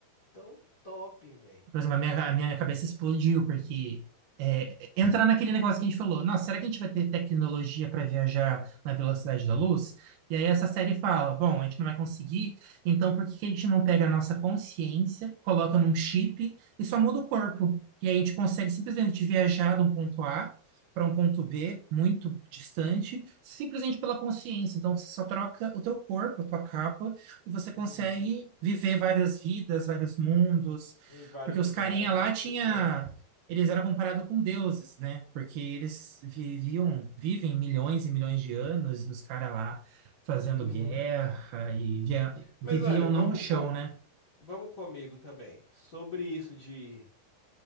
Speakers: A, on the left; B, on the right.
A: Tão top, velho.
B: Por exemplo, a minha, a minha cabeça explodiu, porque é, entra naquele negócio que a gente falou, nossa, será que a gente vai ter tecnologia para viajar na velocidade da luz? E aí essa série fala, bom, a gente não vai conseguir, então por que que a gente não pega a nossa consciência, coloca num chip e só muda o corpo? E aí a gente consegue simplesmente viajar de um ponto A para um ponto B, muito distante, simplesmente pela consciência. Então você só troca o teu corpo, a tua capa, e você
A: Uhum.
B: consegue viver várias vidas, vários mundos,
A: Em vários
B: porque os
A: lugares,
B: carinha lá
A: né?
B: tinha,
A: Pois é.
B: eles eram comparados com deuses, né? Porque eles viviam, vivem milhões e milhões de anos e os caras lá fazendo
A: Uhum.
B: guerra e via- viviam
A: Mas olha,
B: não
A: vamos,
B: no chão,
A: vamos,
B: né?
A: vamos comigo também. Sobre isso de,